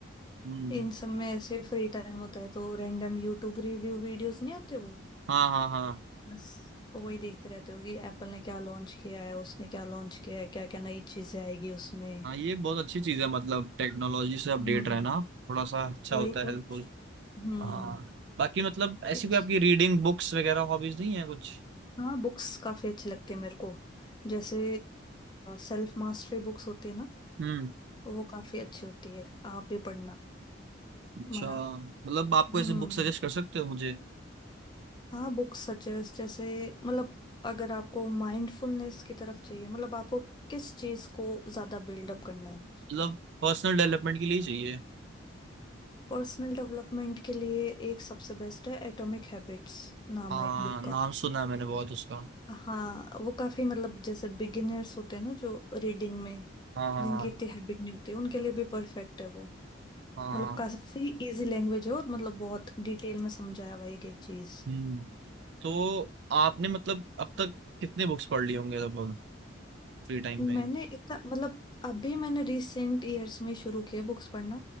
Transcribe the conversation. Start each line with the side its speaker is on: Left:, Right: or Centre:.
Right: हम्म
Left: इन सब में ऐसे फ्री टाइम होता है तो रैंडम यूट्यूब रिव्यू वीडियोस नहीं आते वो
Right: हाँ हाँ हाँ
Left: बस वही देखते रहते हो कि एप्पल ने क्या लॉन्च किया है उसने क्या लॉन्च किया है क्या क्या नई चीजें आएगी उसमें
Right: हाँ ये बहुत अच्छी चीज है मतलब टेक्नोलॉजी से अपडेट
Left: हम्म
Right: रहना थोड़ा सा अच्छा
Left: वही
Right: होता है
Left: तो
Right: हेल्पफुल
Left: हम्म
Right: हाँ बाकी मतलब ऐसी
Left: it's-
Right: कोई आपकी रीडिंग बुक्स वगैरह हॉबीज नहीं है कुछ
Left: हाँ बुक्स काफी अच्छी लगती है मेरे को जैसे सेल्फ मास्टरी बुक्स होती है ना
Right: हम्म
Left: तो वो काफी अच्छी होती है आप भी पढ़ना
Right: अच्छा
Left: मैं
Right: मतलब
Left: हम्म
Right: आपको ऐसे बुक सजेस्ट कर सकते हो मुझे
Left: हाँ बुक्स सजेस्ट जैसे मतलब अगर आपको माइंडफुलनेस की तरफ चाहिए मतलब आपको किस चीज को ज्यादा बिल्डअप करना है
Right: मतलब पर्सनल डेवलपमेंट के लिए ही चाहिए
Left: पर्सनल डेवलपमेंट के लिए एक सबसे बेस्ट है एटॉमिक हैबिट्स नाम
Right: हाँ
Left: है एक बुक
Right: नाम
Left: का
Right: सुना है मैंने बहुत उसका
Left: हाँ वो काफी मतलब जैसे बिगिनर्स होते हैं ना जो रीडिंग में
Right: हाँ हाँ
Left: जिनकी इतनी हैबिट नहीं होती उनके लिए भी परफेक्ट है वो
Right: हाँ
Left: मतलब
Right: हाँ
Left: काफी इजी लैंग्वेज है और मतलब बहुत डिटेल में समझाया हुआ है एक एक चीज
Right: हम्म तो आपने मतलब अब तक कितने बुक्स पढ़ लिए होंगे लगभग फ्री टाइम
Left: मैंने
Right: में
Left: इतना मतलब अभी मैंने रिसेंट ईयर्स में शुरू किया बुक्स पढ़ना